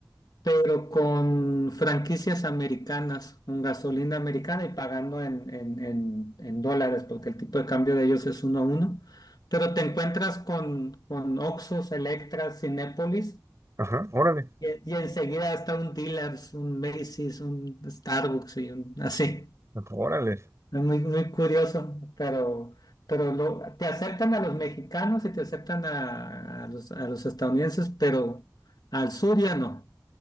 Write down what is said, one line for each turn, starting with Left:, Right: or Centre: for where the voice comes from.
Left: pero con franquicias americanas, con gasolina americana y pagando en, en- en- en dólares, porque el tipo de cambio de ellos es uno a uno. Pero te encuentras con, con Oxxos, Electras, Cinépolis,
Right: Ajá. Órale.
Left: y, y enseguida está un dealers, un Macy's, un Starbucks y un así.
Right: Órale.
Left: Es muy, muy curioso, pero, pero lo, te aceptan a los mexicanos y te aceptan a, a los, a los estadounidenses, pero al sur ya no.